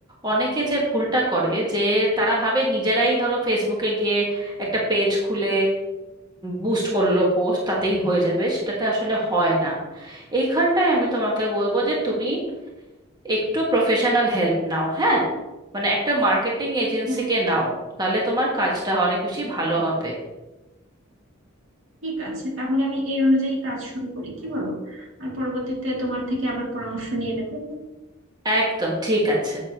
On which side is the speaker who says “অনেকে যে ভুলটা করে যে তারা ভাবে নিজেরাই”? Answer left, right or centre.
Right